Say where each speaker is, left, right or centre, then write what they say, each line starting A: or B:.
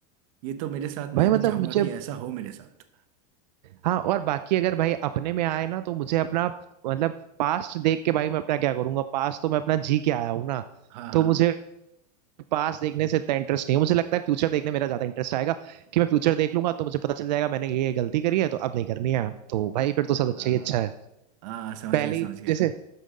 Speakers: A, on the right (about 50°); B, on the right (about 85°).
A: ये तो मेरे साथ मैं
B: भाई मतलब
A: भी चाहूंगा
B: मुझे
A: कि ऐसा हो मेरे साथ
B: हाँ और बाकी अगर भाई अपने में आए ना तो मुझे अपना मतलब पास्ट देख के भाई मैं अपना क्या करूंगा पास्ट तो मैं अपना जी के आया हूँ ना
A: हाँ हाँ
B: तो मुझे पास्ट देखने से इतना इंटरेस्ट नहीं है मुझे लगता है फ्यूचर देखने मेरा ज्यादा इंटरेस्ट आएगा कि मैं फ्यूचर देख लूंगा तो मुझे पता चल जाएगा मैंने ये गलती करी है तो अब नहीं करनी है तो भाई फिर तो सब अच्छा
A: हाँ।
B: ही अच्छा है
A: हाँ समझ
B: पहले
A: गया समझ
B: ही
A: गया
B: जैसे